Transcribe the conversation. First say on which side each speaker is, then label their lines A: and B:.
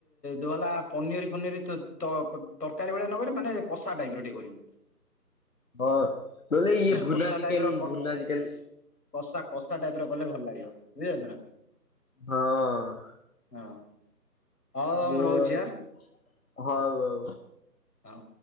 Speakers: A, on the left; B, on the left.
A: ଧୁଲା ପନିର ଫନିର ତ ତର ତରକାରୀ ଭଳିଆ ନକରି ମାନେ କଷା ଟାଇପ୍ ର ଟିକେ କରିବ।
B: ହଁ ନହେଲେ ଇଏ ଭୁଲା
A: କଷା
B: ଚିକେନ୍
A: ଟାଇପ ର
B: ଭୁଲା ଚିକେନ୍
A: କଷା କଷା ଟାଇପ୍ ର କଲେ ଭଲ ଲାଗିବ ବୁଝିପାରୁଛୁ ନା।
B: ହଁ।
A: ହଁ। ହଉ
B: ମୋ--ହଉ
A: ମୁଁ ରହୁଛି ଆଁ
B: ଆଉ।
A: ହଉ।